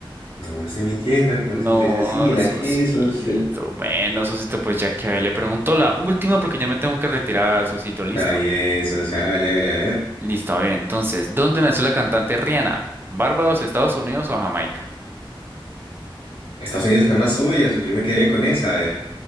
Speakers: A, on the left (about 85°); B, on the right (about 25°).
A: No lo estoy mintiendo, causita,
B: No,
A: es así, el
B: socito.
A: AG, socio.
B: Bueno, socito, pues ya que le pregunto la última porque ya me tengo que retirar, socito. ¿Listo?
A: Está bien, socio, hágale, hágale, a ver.
B: Listo, a ver, entonces, ¿dónde nació la cantante Rihanna? ¿Barbados, Estados Unidos o Jamaica?
A: Estados Unidos es la más suya, socio, yo me quedaría con esa, a ver.